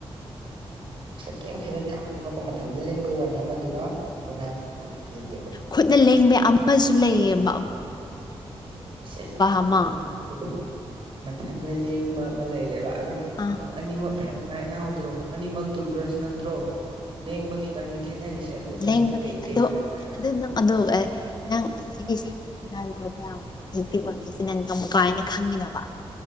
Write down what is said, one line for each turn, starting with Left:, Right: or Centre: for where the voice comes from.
Right: ꯀꯩ ꯈꯦꯠꯅꯗꯦ ꯑꯃꯗꯨꯅꯀꯣ ꯃꯊꯟꯗꯤ ꯂꯦꯡꯕꯒꯤ ꯋꯥꯅꯤ ꯑꯃꯗꯨꯅ ꯑꯩꯈꯣꯏꯅ ꯈꯨꯠꯅ ꯂꯦꯡꯗꯣꯏꯕ
Left: ꯈꯨꯠꯅ ꯂꯦꯡꯕ ꯑꯃꯁꯨ ꯂꯩꯌꯦꯕ
Right: <inaudible> <unintelligible>
Left: ꯑꯃ
Right: ꯊꯟꯅ ꯂꯦꯡꯕ ꯑꯃ ꯂꯩꯔꯦꯕ ꯑꯗꯣ
Left: ꯑꯥ
Right: ꯑꯅꯤꯃꯛ ꯐꯖꯅ ꯌꯥꯎꯗ꯭ꯔꯣ ꯑꯅꯤꯃꯛ ꯇꯨꯠ ꯭ꯔꯁ ꯅꯠꯇ꯭ꯔꯣ ꯂꯦꯡꯕ ꯈꯤꯇꯪꯅꯤ ꯈꯦꯠꯅꯔꯤꯁꯦ ꯑꯗꯨ ꯑꯗꯨꯗ
Left: ꯂꯦꯡꯕꯩ
Right: ꯀꯩ ꯀꯩ
Left: ꯑꯗꯣ
Right: ꯐꯔꯤꯕ ꯍꯥꯏꯔꯛꯑꯣꯅꯦ
Left: ꯑꯗꯨ ꯅꯪ ꯑꯗꯣ ꯑꯦ ꯅꯪ ꯍꯧꯖꯤꯛ ꯁꯥꯎꯠ ꯑꯐ꯭ꯔꯤꯀꯥꯒꯤꯗꯣ ꯌꯥꯝ ꯏꯐꯦꯛꯇꯤꯞ ꯑꯣꯏꯔꯤꯁꯦ ꯅꯪꯒ ꯑꯃꯨꯛ ꯀꯥꯏꯅ ꯈꯪꯉꯤꯅꯣꯕ